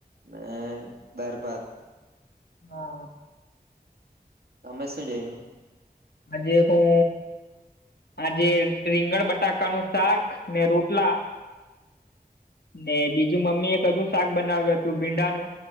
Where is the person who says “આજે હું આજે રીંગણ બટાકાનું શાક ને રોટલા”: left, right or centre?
Left